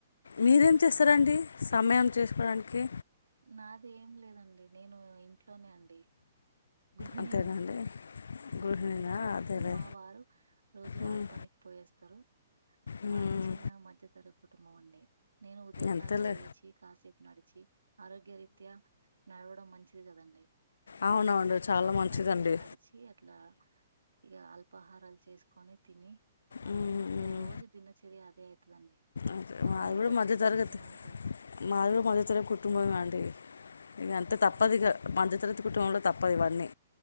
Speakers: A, on the left; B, on the right.
A: మీరేం చేస్తారంండి సమయం చేసుకోవడానికి
B: నాదేం లేదండి నేను ఇంట్లోనే అండి గృహిణిని
A: అంతేనండి
B: నేను
A: గృహిణినా
B: ఆ ఏం చేయలేను
A: అదేలే
B: మా వారు రోజువారు
A: ఉమ్,
B: పనికి పోయేస్తారు
A: ఉమ్,
B: మాది చిన్న మధ్యతరగ కుటుంబమండి నేను ఉదయకాలం
A: అంతేలే
B: లేచి కాసేపు నడిచి ఆరోగ్య రీత్యా నడవడం మంచిది కదండి
A: అవునవును చాలా మంచిదండి
B: కాసేపు నడిచి అట్లా ఇక అల్పాహారాలు చేసుకొని తిని మళ్ళీ
A: ఉమ్,
B: ఇక
A: ఉమ్,
B: రోజు దినచర్య అదే అయితుదండి
A: అదే.
B: సమయం
A: మాది కూడా
B: గడిచిపోతూనే
A: మధ్యతరగతి
B: ఉంటది
A: మాది మధ్యతర కుటుబమండి ఇగంతే
B: అంతేనా
A: తప్పదిగా మధ్యతు పతి కుటుంబంలో తప్పదివన్నీ